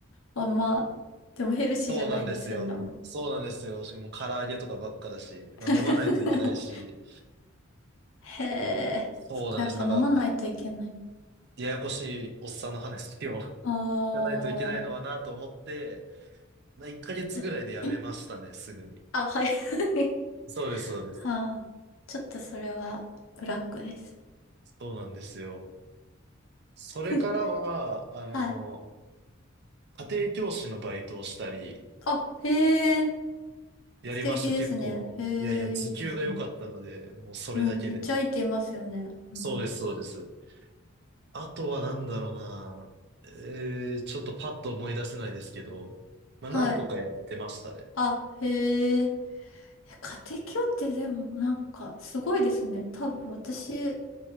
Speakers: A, on the left; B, on the right.
A: あんま、でもヘルシーじゃないですよね。
B: う、そうなんですよ。
A: もう
B: そうなんですよ。しかも唐揚げとかばっかだし、まあ、
A: <laughs>
B: 飲まないといけないし、
A: へえ、
B: そうなんです。
A: そこやっぱ飲まないといけない。
B: なんか、ややこしいおっさんの話を <laughs> 聞
A: あー
B: かないといけないのはなと思って、まあ、1ヶ月ぐらいでやめましたね、
A: <coughs> <clears throat>
B: すぐに。
A: あ、はい。<laughs>
B: そうです、そうです。
A: はあ、ちょっとそれはブラックです。
B: そうなんですよ。それからは、
A: <laughs>
B: あの、
A: はい。
B: 家庭教師のバイトをしたり、
A: あ、へえ、
B: やりました。
A: 素敵ですね。
B: 結構、
A: へえ、
B: いやいや、時給が良かったので、
A: いいですね。
B: もうそれだけで。
A: うん、めっちゃいいていますよね。うん、
B: そうです、そうです。あとはなんだろうな。えー、ちょっとパッと思い出せないですけど、まあ何個かやってましたね。
A: はい。あ、へえ。え家庭教ってでもなんかすごいですね。多分私、